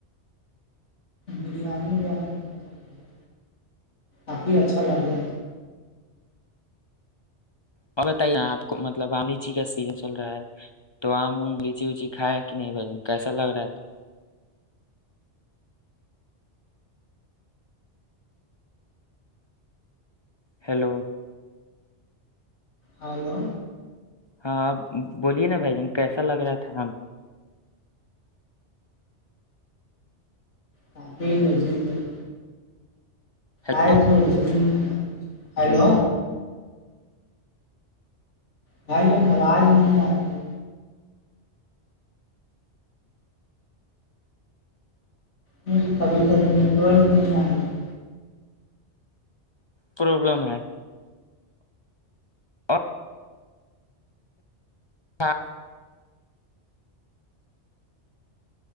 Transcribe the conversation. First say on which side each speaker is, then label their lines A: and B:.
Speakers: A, on the left; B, on the left.
A: بریانی وریانی ب اھ ہے آپی اچ کھلا جتا
B: اور بتائیے آپ کو مطلب عالیچی کا سیزن چل رہا ہے تو آم ام لیچی وچی کھائے کہ نہیں بھجن کیسا لگ رہا تھا ہیلو
A: ہلو
B: ہاں بولیے نا بھائی جان کیسا لگ رہا تھا
A: کافی نجیب نہیں
B: ہیلو
A: آئے تو اس دن ہلو
B: جی
A: بھائی جان آواز نہیں آ رہی ہے نہیں کبھی کبھی نیٹ ورک نہیں آ گیا ہے
B: پروبلم ہے اور ہاں